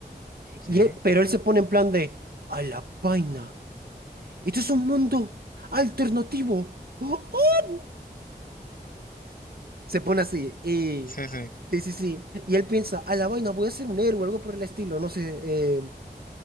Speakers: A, on the left (about 60°); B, on the right (about 65°).
A: sí,
B: Y él- pero él se pone en plan de, a la vaina, esto es un mundo alternativo. <gasps> ¡Oh, oh! Se pone así y...
A: sí, sí.
B: Sí, sí, sí. Y él piensa, a la vaina, voy a ser un héroe, o algo por el estilo, no sé. eh,